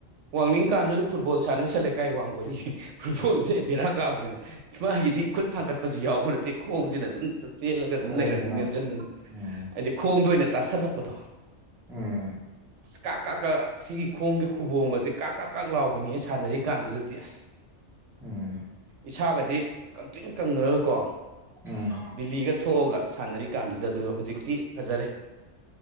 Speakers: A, on the right (about 80°); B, in the centre.
A: ꯋꯥꯡꯅꯤꯡ ꯀꯥꯟꯗꯨꯗ ꯐꯨꯠꯕꯣꯜ ꯁꯥꯟꯅꯁꯤꯜꯂꯦ ꯀꯥꯏ ꯋꯥꯡꯗꯣꯔꯤꯒꯤ ꯐꯨꯠꯕꯣꯜꯁꯦ ꯕꯦꯔꯥ ꯀꯥꯕꯅꯦꯃ‌ꯦ ꯃꯥꯒꯤꯗꯤ ꯈꯨꯠ ꯊꯥꯡꯒꯠꯄꯁꯨ ꯌꯥꯎꯕ ꯅꯠꯇꯦ ꯈꯣꯡꯁꯤꯅ ꯑꯗꯨꯗ ꯆꯦꯜꯂꯒ ꯑꯗꯨꯝ
B: ꯈꯣꯡꯁꯤꯅ
A: ꯂꯩꯔꯝꯅꯤꯅ ꯅꯦꯝꯖꯟꯕ‌ꯗ‌ꯣ
B: ꯎꯝ
A: ꯍꯥꯏꯗꯤ ꯈꯣꯡꯗ ꯑꯣꯏꯅ ꯇꯥꯁꯜꯂꯛꯄꯗꯣ
B: ꯎꯝ
A: ꯀꯥꯛ ꯀꯥꯛ ꯀ ꯁꯤꯒꯤ ꯈꯣꯡꯒꯤ ꯈꯨꯕꯣꯡꯒꯁꯦ ꯀꯥꯛ ꯀꯥꯛ ꯀꯥꯛ ꯂꯥꯎꯕꯅꯦꯍ‌ꯦ ꯁꯥꯟꯅꯔꯤꯀꯥꯟꯗꯨꯗꯗꯤ ꯑꯁ
B: ꯎꯝ
A: ꯏꯁꯥꯒꯁꯤ ꯀꯪꯇꯔꯤꯡ ꯀꯪꯉꯒꯀꯣ
B: ꯎꯝ
A: ꯕꯤꯂꯤꯒ ꯊꯣꯛꯑꯒ ꯁꯥꯟꯅꯔꯤꯀꯥꯟꯗꯨꯗ ꯑꯗꯨꯒ ꯍꯧꯖꯤꯛꯇꯤ ꯐꯖꯔꯦ